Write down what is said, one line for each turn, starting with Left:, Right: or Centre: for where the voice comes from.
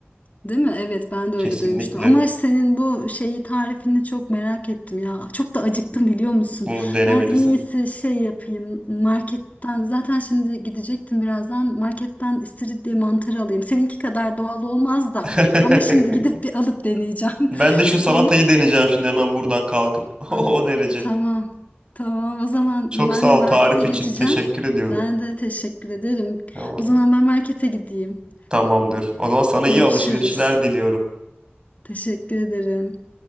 Left: Değil mi? Evet ben de
Right: Kesinlikle
Left: öyle duymuştum. Ama senin bu şeyi tarifini çok merak ettim ya. Çok da acıktım biliyor musun?
Right: bunu denemelisin.
Left: Ben en iyisi şey yapayım. Marketten zaten şimdi gidecektim birazdan. Marketten istiridye mantarı alayım. Seninki kadar doğal olmaz da.
Right: <laughs>
Left: Ama şimdi gidip bir alıp deneyeceğim.
Right: Ben de
Left: <laughs>
Right: şu salatayı
Left: Tamam.
Right: deneyeceğim şimdi hemen buradan kalkıp.
Left: Ay,
Right: <laughs> O derece.
Left: tamam. Tamam. O zaman
Right: Çok
Left: ben
Right: sağ
Left: de markete
Right: ol tarif
Left: geçeceğim.
Right: için. Teşekkür ediyorum.
Left: Ben de teşekkür ederim.
Right: Tamam.
Left: O zaman ben markete gideyim.
Right: Tamamdır. O zaman sana iyi
Left: Yarışırız.
Right: alışverişler diliyorum.
Left: Teşekkür ederim.